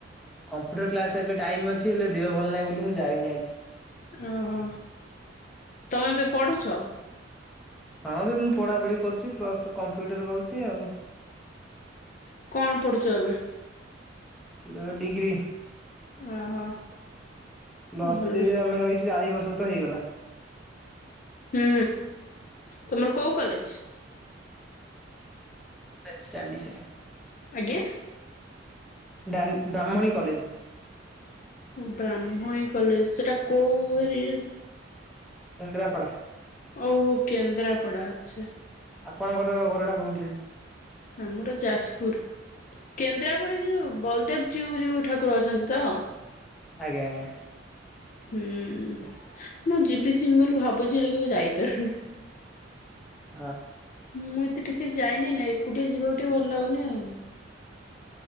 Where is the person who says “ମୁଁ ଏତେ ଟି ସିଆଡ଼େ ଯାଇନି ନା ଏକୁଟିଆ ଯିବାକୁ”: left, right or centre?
Left